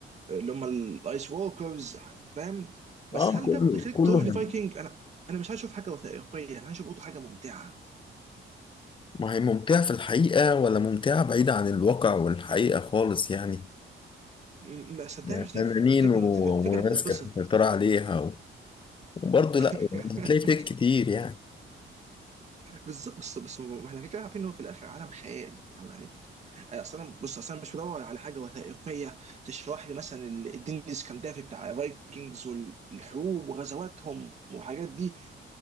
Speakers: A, on the right; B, on the left.
A: آه، اللي هم الايس ووكرز فاهم بس
B: آه
A: هل
B: كله
A: ده برضه يخليك
B: كله
A: تروح
B: هم
A: لفايكنج انا انا مش هشوف حاجه وثائقيه انا هشوف برضه حاجه ممتعه
B: ما هي ممتعة في الحقيقة ولا ممتعة بعيدة عن الواقع والحقيقة خالص يعني
A: م- ما صدقني
B: يعني
A: مش شايف
B: فنانين
A: الفكره
B: و-
A: إنك- الفكره
B: وناس
A: انك تتبسط
B: كانت مسيطرة عليها و- وبرضه
A: <laughs>
B: لأ هتلاقي فيك كتير يعني
A: بالظبط بس بس ما احنا كده كده عارفين ان هو في الاخر عالم خيالي او يعني آه، اصل انا بص اصل انا مش بدور على حاجه وثائقيه تشرح لي مثلا ال- الدين الاسكندافي بتاع الفايكنجز والحروب وغزواتهم والحاجات دي